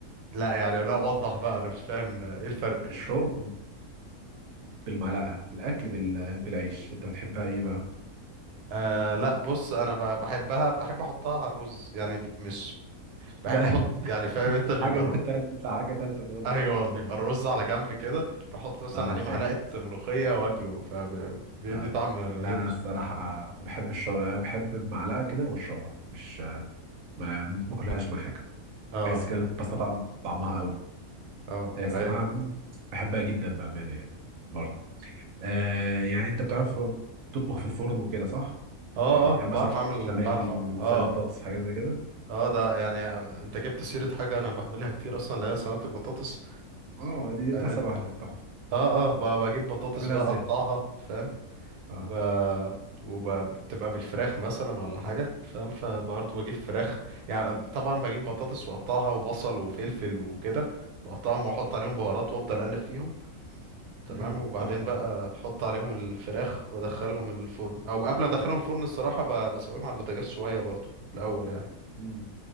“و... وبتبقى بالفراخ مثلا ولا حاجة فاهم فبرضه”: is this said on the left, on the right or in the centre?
Right